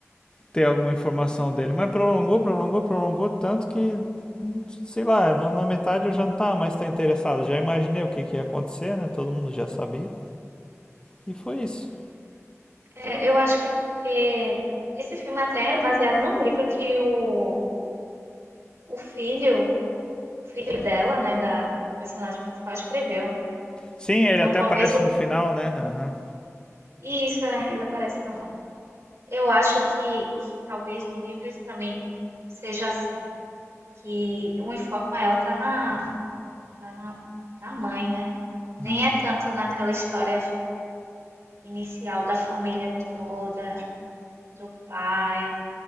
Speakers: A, on the left (about 15°); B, on the right (about 65°).
A: ter alguma informação dele. Mas prolongou, prolongou, prolongou tanto que, hum, sei lá, na metade eu já não estava mais tão interessado. Já imaginei o que, que ia acontecer, né? Todo mundo já sabia. E foi isso.
B: É, eu acho que é porque esse filme até é baseado num livro que o, o filho, o filho dela, né, da, da personagem principal, escreveu.
A: Sim,
B: Então
A: ele até
B: talvez
A: aparece
B: o. livro,
A: no final,
B: Né?
A: né? Aham.
B: E isso é, ele aparece realmente. Eu acho que, que talvez no livro isso também seja assim. Que o enfoque maior está na, tá na, na mãe, né? Nem
A: Uhum.
B: é tanto naquela história inicial da família toda, do pai,